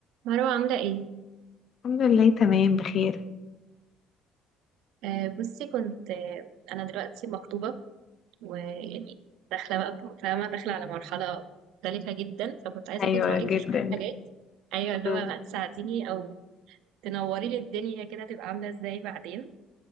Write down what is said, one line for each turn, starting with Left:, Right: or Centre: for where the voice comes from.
Right: مروة عاملة ايه؟
Left: الحمد لله تمام بخير
Right: آه بصي كنت آه انا دلوقتي مخطوبة ويعني داخلة بقى فاهمة داخلة على مرحلة مختلفة جدا فكنت عايزة
Left: ايوه
Right: اخد رأيك
Left: جدا
Right: في شوية حاجات ايوه اللي
Left: مم.
Right: هو بقى تساعديني او تنوري لي الدنيا كده تبقى عاملة ازاي بعدين